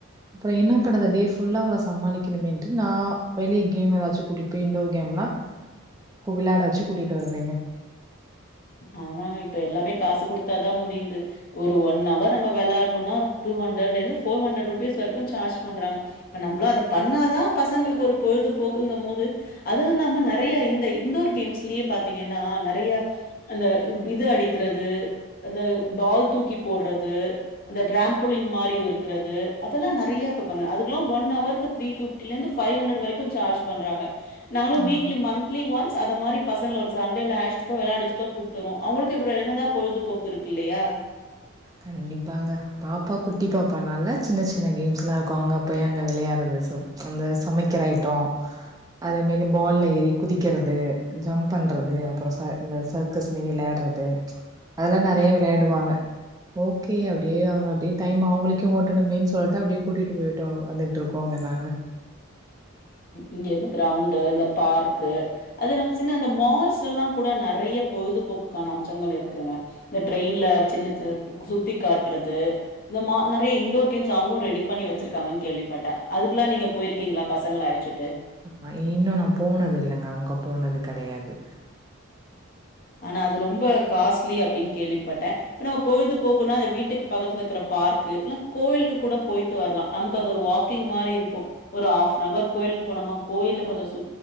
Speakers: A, on the right (about 15°); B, on the left (about 45°).
A: அப்பற என்ன பண்ணது டே ஃபுல்லா அவள சமாளிக்கணுமேன்ட்டு நா வெளி கேம் எதாச்சு கூட்டிட்போய் இன்டோர் கேம்லா கு விளாட வெச்சு கூட்டிட்டு வருவேங்க
B: ஆமாங்க இப்ப எல்லாமே காசு குடுத்தாதா முடியுது ஒரு ஒன் அவர் நம்ப விளாட்ணுன்னா ஒரு டூ ஹண்ட்ரட்லேந்து ஃபோர் ஹண்ட்ரட் ருப்பீஸ் வரைக்கு சார்ஜ் பண்றாங்க இப்ப நம்ப்ளு அத பண்ணாதா பசங்களுக்கு ஒரு பொழுது போக்குங்கமோது அதுவு இல்லாம நெறைய இந்த இன்டோர் கேம்ஸ்லியே பாத்தீங்கன்னா நெறைய அந்த இ இது அடிக்கிறது அந்த பால் தூக்கி போடுறது அந்த ட்ரேம்பிளிங் மாரி இருக்கிறது அதெல்லா நெறைய இப்ப வந்து அதுக்ல்லா ஒன் அவருக்கு த்ரீ ஃபிஃப் டிலேந்து ஃபை ஹண்ட்ரட் வரைக்கு சார்ஜ் பண்றாங்க நாங்களு வீக்லி
A: ஆ.
B: மந்த்லி ஒன்ஸ் அத மாரி பசங்கள ஒரு சண்டேல அயஷ்ட்டு போய் விளாட் வெச்சுட் தா கூட்டருவோ அவுங்களுக்கு அப்புற என்னதா பொழுதுபோக்கு இருக்கில்லையா
A: கண்டிப்பாங்க பாப்பா குட்டி பாப்பானால சின்ன சின்ன கேம்ஸ்லா இக்கு அங்கே போய் அங்க விளையாட்றது சோ அந்த சமைக்கிற ஐட்டோ அதே மாரி பால்ல ஏறி குதிக்கிறது ஜம்ப் பண்றது அப்புற ச இந்த ச ர்கஸ் மாரி விளையாட்றது அதெல்லா நெறைய விளையாடுவாங்க ஓகே அப்டியே அவுங்க அப்டியே டைம் அவங்களுக்கு ஓட்டணுமேன் சொல்ட்டு அப்டே கூட்டிட்டு போய்டு வந்துகிட்ருக்கோங்க நானு
B: இங்க இந்த க்ரௌண்டு இந்த பார்க்கு அது நம்ம சின்ன அந்த மால்ஸ் எல்லா கூட நெறைய பொழுதுபோக்குக்கான அம்சங்கள் இருக்குங்க இந்த ட்ரெயின்ல சின்ன சின் பு சுத்தி காட்டுறது இந்த மா நெறைய இன்டோர் கேம்ஸ் அவுங்களு ரெடி பண்ணி வெச்சிருக்காங்கன் கேள்விப்பட்ட அதுக்கல்லா நீங்க போயிருக்கீங்ளா பசங்கள அழ ச்சுட்டு
A: ஆ இன்னு நா போனது இல்லைங்க அங்க போனது கெடையாது
B: ஆனா அது ரொம்ப காஸ்ட்லி அப்படின்னு கேள்விப்பட்டே இப்ப நம்ம பொழுது போக்குனா அந்த வீட்டுக்கு பக்கத்துல இருக்கிற பார்க்கு இல்ல கோயிலுக்கு கூட போயிட் டு வர்லா நமக்கு அது ஒரு வாக்கிங் மாரி இருக்கு ஒரு ஹாஃப்ன் அவர் கோயிலுக்கு போனோம்மா கோயில கொஞ்சோ சு